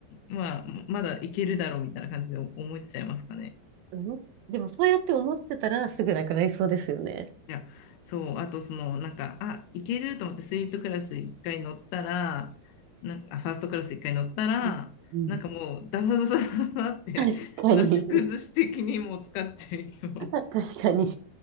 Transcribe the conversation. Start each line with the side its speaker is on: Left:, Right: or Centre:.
Left: うん。まあ、まだいけるだろうみたいな感じで思っちゃいますかね。
Right: 思っでもそうやって思ってたらすぐなくなりそうですよね。
Left: いや、そう、あとその、なんか、あ、いけると思ってスイートクラス一回乗ったら、なんか、あファーストクラス一回乗ったら、
Right: うんうん
Left: なんかもう、ダサダサダサダサって、
Right: 確かに。
Left: なし崩し的にもう使っちゃいそう。
Right: <laughs> 確かに。